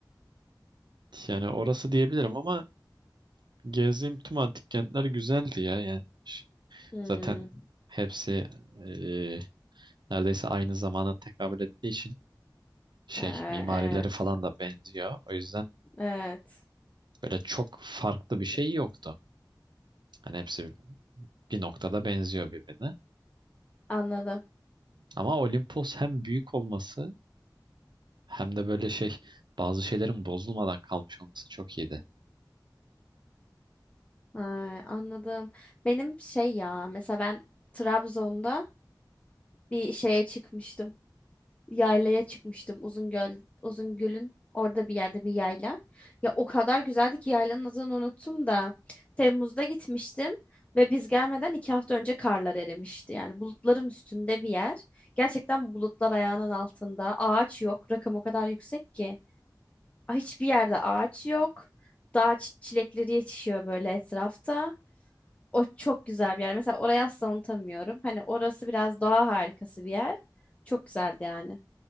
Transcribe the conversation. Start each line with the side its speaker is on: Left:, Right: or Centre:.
Right: Yani orası diyebilirim ama gezdiğim tüm antik kentler güzeldi ya. Yani ş-
Left: Hmm.
Right: zaten hepsi e, neredeyse aynı zamana tekabül ettiği için şey
Left: Ee,
Right: mimarileri
Left: Evet,
Right: falan da benziyor. O yüzden
Left: evet.
Right: böyle çok farklı bir şey yoktu. Hani hepsi bir noktada benziyor birbirine.
Left: Anladım.
Right: Ama Olimpos hem büyük olması hem de böyle şey bazı şeylerin bozulmadan kalmış olması çok iyiydi.
Left: Ay, anladım. Benim şey ya, mesela ben Trabzon'da bir şeye çıkmıştım. yaylaya çıkmıştım Uzungöl, Uzungöl'ün orada bir yerde bir yayla. Ya o kadar güzeldi ki yaylanın adını unuttum da Temmuz'da gitmiştim ve biz gelmeden iki hafta önce karlar erimişti. Yani bulutların üstünde bir yer. Gerçekten bulutlar ayağının altında. Ağaç yok. Rakım o kadar yüksek ki. Ay, Hiçbir yerde ağaç yok. Dağ çi- çilekleri yetişiyor böyle etrafta. O çok güzel bir yer. Mesela orayı asla unutamıyorum. Hani orası biraz doğa harikası bir yer. Çok güzeldi yani.